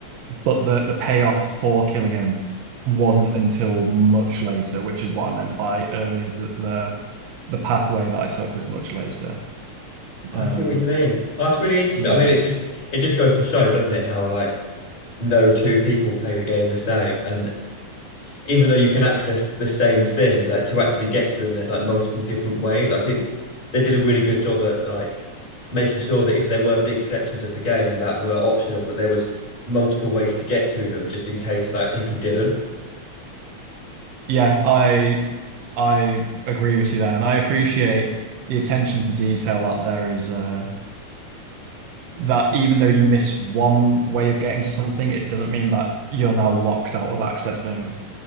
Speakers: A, on the right; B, on the left.
A: but the the payoff for killing him wasn't until much later, which is what I meant by earlier that the the pathway that I took was much later.
B: Oh,
A: Um,
B: I see what you mean. Oh, that's really interesting.
A: yeah,
B: I mean, it just it just goes to show, doesn't it, how like no two people play the game the same. And even though you can access the same things, like to actually get to them, there's like multiple different ways. I think they did a really good job at like making sure that if there were big sections of the game that were optional, that there was multiple ways to get to them, just in case like people didn't.
A: Yeah, I I agree with you there, and I appreciate the attention to detail that there is uh that even though you miss one way of getting to something, it doesn't mean that you're now locked out of accessing